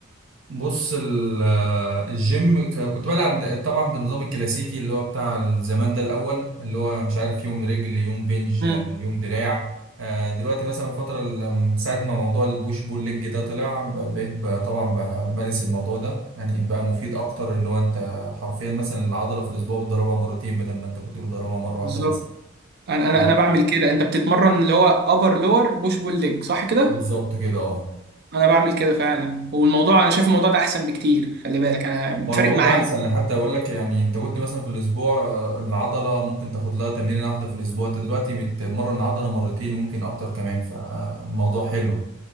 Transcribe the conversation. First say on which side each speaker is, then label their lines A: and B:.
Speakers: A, on the right (about 75°); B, on the right (about 50°).
A: بص ال- آه، الجيم ك- كنت بلعب طبعا بالنظام الكلاسيكي اللي هو بتاع زمان ده الاول اللي هو مش عارف يوم رجل يوم بنج
B: امم
A: آه، يوم دراع آه، دلوقتي مثلا الفترة ال- من ساعة ما موضوع البوش بول ليج ده طلع ب- بقيت ب- طبعا بمارس الموضوع ده يعني بقى مفيد أكتر اللي هو أنت حرفيا مثلا العضلة في الأسبوع بتدربها مرتين بدل ما أنت كنت بتدربها مرة واحدة
B: بالظبط
A: بس
B: انا انا
A: آه،
B: انا بعمل كده انت بتتمرن اللي هو ابر لور بوش بول ليج صح كده
A: بالظبط كده اه
B: انا بعمل كده فعلا والموضوع انا شايف الموضوع ده احسن بكتير خلي بالك انا
A: هو الموضوع
B: فارق معايا
A: ده احسن انا حتى اقول لك يعني انت كنت مثلا في الاسبوع آه، العضله ممكن تاخد لها تمرينه واحده في الاسبوع انت دلوقتي بتمرن العضله مرتين وممكن اكتر كمان فالموضوع حلو